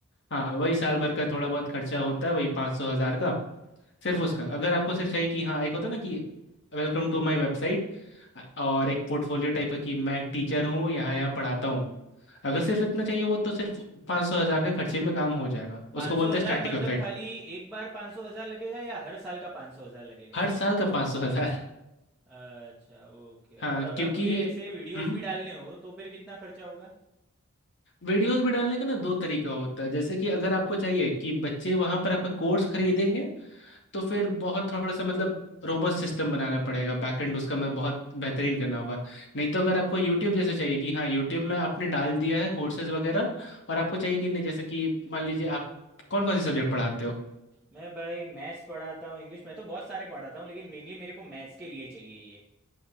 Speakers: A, on the left; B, in the centre.
A: हाँ
B: अच्छा
A: वही साल भर का थोड़ा बहुत खर्चा होता है वही पाँच सौ हज़ार का सिर्फ उसका अगर आपको सिर्फ चाहिए कि हाँ एक होता ना कि वेलकम टू माय वेबसाइट और एक पोर्टफोलियो टाइप का कि मैं एक टीचर हूँ यहाँ यहाँ पढ़ाता हूँ अगर सिर्फ इतना चाहिए वो तो सिर्फ पाँच सौ हज़ार के खर्चे में काम हो जाएगा उसको
B: पाँच
A: बोलते
B: सौ हज़ार
A: हैं स्टैटिक
B: मतलब
A: वेबसाइट
B: खाली एक बार पाँच सौ हज़ार लगेगा या हर साल का पाँच सौ हज़ार लगेगा
A: हर साल का पाँच सौ हज़ार
B: अच्छा ओके और
A: हाँ
B: अगर
A: क्योंकि
B: मुझे ऐसे वीडियोस
A: हम्म
B: भी डालने हो तो फिर कितना खर्चा होगा
A: वीडियोस भी डालने का ना दो तरीका होता है जैसे कि अगर आपको चाहिए कि बच्चे वहाँ पर आपका कोर्स खरीदेंगे तो फिर बहुत थोड़ा सा मतलब रोबस्ट सिस्टम बनाना पड़ेगा बैकएंड उसका मैं बहुत बेहतरीन करना होगा नहीं तो अगर आपको यूट्यूब जैसा चाहिए कि हाँ यूट्यूब में आपने डाल दिया है कोर्सेज वगैरह और आपको चाहिए कि नहीं जैसे कि मान लीजिए आप कौन कौन से सब्जेक्ट पढ़ाते हो
B: मैं भाई मैथ्स पढ़ाता हूँ इंग्लिश मैं तो बहुत सारे पढ़ाता हूँ लेकिन मेनली मेरे को मैथ्स के लिए चाहिए ये